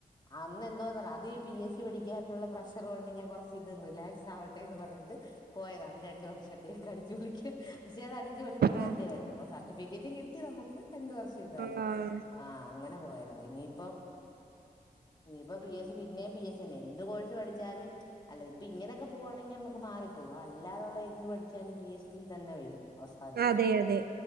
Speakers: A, on the left; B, on the right.
A: അന്ന് എന്തുവാന്നറിയ അത് ഈ പി എസ് സി സി പഠിക്കാനുള്ള പ്രഷർ കൊണ്ട് ഞാൻ കുറച്ച് ഇത് റിലാക്സ് ആവട്ടെ എന്ന് പറഞ്ഞിട്ട് പോയതാണ് രണ്ട് വർഷത്തേക്ക് അടിച്ച് പൊളിക്കാൻ പക്ഷെ അത് അടിച്ച് പൊളിച്ച്
B: ആഹ്
A: നല്ലയായിരുന്ന് സർട്ടിഫിക്കറ്റും കിട് ട്ടി നമുക്ക് രണ്ട് വർഷം ഇതായി.
B: ആഹ്
A: ആഹ് അങ്ങനെ പോയതാ ഇനിയിപ്പം ഇനിയിപ്പ പി എസ് സി പിന്നെയും പി എസ് സി തന്നെ എന്ത് കോഴ്സ് പഠിച്ചാലും അല്ല ഇപ്പൊ ഇങ്ങനൊക്കെ പോവാണെങ്കിൽ നമ്മക്ക് മാറി പോവും അല്ലാതുള്ള എന്ത് പഠിച്ചാലും പി എസ് സി തന്നെ വരും അവസാനം
B: അതെ അതെ